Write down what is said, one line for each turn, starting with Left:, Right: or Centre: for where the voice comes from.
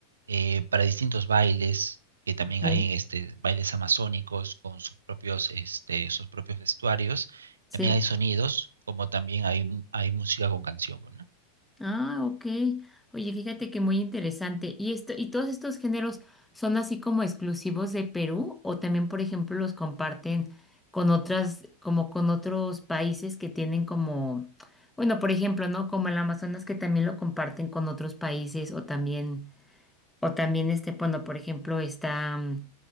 Right: eh, para distintos bailes, que también
Centre: ok,
Right: hay este, bailes amazónicos con sus propios, este, sus propios vestuarios.
Centre: sí.
Right: También hay sonidos, como también hay, hay música con canción, pues, ¿no?
Centre: Ah, ok. Oye, fíjate que muy interesante. ¿Y esto, y todos estos géneros son así como exclusivos de Perú o también, por ejemplo, los comparten con otras, como con otros países que tienen como, bueno, por ejemplo, ¿no? Como el Amazonas que también lo comparten con otros países o también O también, este, bueno, por ejemplo, está, mm,